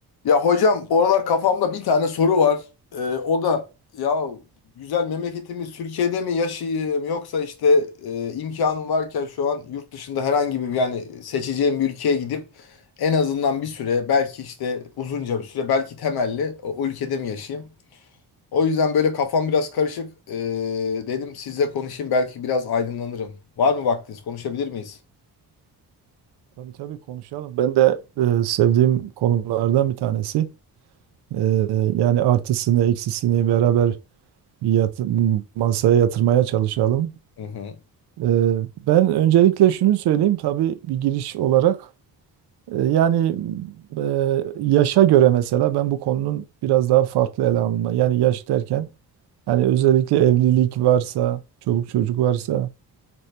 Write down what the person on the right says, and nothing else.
Tabii tabii konuşalım. Ben de e, sevdiğim konulardan bir tanesi. E, yani artısını, eksisini beraber bir yat- masaya yatırmaya çalışalım.
E, ben öncelikle şunu söyleyeyim tabii bir giriş olarak. E, yani e, yaşa göre mesela ben bu konunun biraz daha farklı ele alınma. Yani yaş derken yani özellikle evlilik varsa, çoluk çocuk varsa